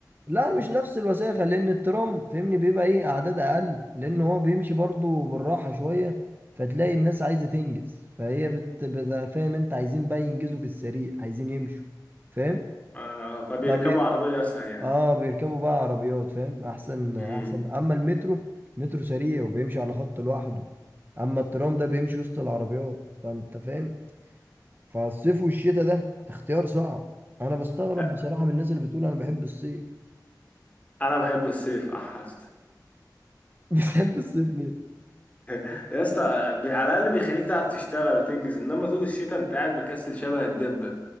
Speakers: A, on the right (about 30°); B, on the left (about 20°).
A: لا مش نفس الوساخه لان الترام فاهمني بيبقى ايه اعداد اقل لان هو بيمشي برضو بالراحه شويه فتلاقي الناس عايزه تنجز فهي بت... بت... فاهم انت عايزين بقى ينجزوا في السريع عايزين يمشوا فاهم
B: آه فبيركبوا
A: فبي...
B: عربية اسهل يعني
A: اه بيركبوا بقى عربيات فاهم احسن احسن
B: امم
A: اما المترو مترو سريع وبيمشي على خط لوحده اما الترام ده بيمشي وسط العربيات فانت فاهم فالصيف والشتاء ده اختيار صعب انا بستغرب
B: لا،
A: بصراحة من الناس اللي بتقول انا بحب الصيف
B: انا بحب الصيف احس
A: <laughs> بتحب الصيف ليه
B: يا اسطى بي- على الاقل بيخليك تعرف تشتغل وتنجز انما طول الشتاء انت قاعد مكسل شبه الدبه ما